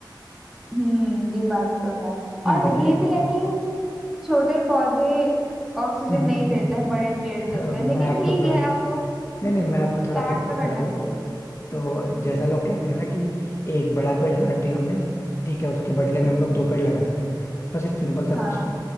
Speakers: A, in the centre; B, on the left.
A: हम्म ये बात तो है
B: नहीं
A: और
B: बचाए
A: ये भी है कि छोटे पौधे ऑक्सीजन
B: <laughs>
A: नहीं देते हैं बड़े पेड़ देते
B: हाँ, मैं
A: हैं लेकिन
B: आपको
A: ठीक
B: थोड़ा
A: है आपको
B: नहीं नहीं मैं आपको थोड़ा
A: स्टार्ट
B: फैक्ट
A: तो
B: चेक
A: करना
B: करा दूं
A: चाहिए
B: तो
A: हम्म
B: जैसा लोग कहते हैं ना कि एक बड़ा पेड़ काट दिया हमने ठीक है उसके बदले में
A: हम्म
B: हम लोग दो पेड़ लगा देते हैं बस एक सिंपल सा
A: हाँ